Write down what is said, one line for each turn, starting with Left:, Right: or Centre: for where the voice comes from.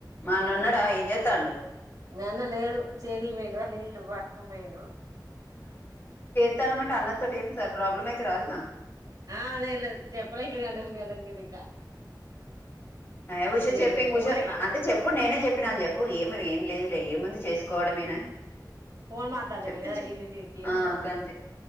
Left: మానున్నడ ఏం చేతాండూ
Right: మీ అన్న లేడు చేేనికి పోయిండు రాను గిల్లు <unintelligible> బట్కపోయిండు బైంు
Left: ఇతానమంటే అన్నతోటి ఏం సార్ ప్రాబ్లం అయితే రాదుగా
Right: ఆ అదే లేదు చెప్పలే ఇ అండంగడి <unintelligible> మీ అన్న కి గింకా
Left: అయివ్ ఉష చెప్పి
Right: ఉండదు ఫోనేగా
Left: ఉష నా అంటే చెపుడు నేనే చెప్ చెప్పినని చెప్పు ఏం ఏం లేదులే ఏముందు చేసుకోవడమేనయి
Right: ఫోన్ మాట్లాడమే
Left: చెప్తే
Right: కదరా
Left: చెప్
Right: ఈ నుంచి ఈడికి ఏమున్నది
Left: ఆ గంతే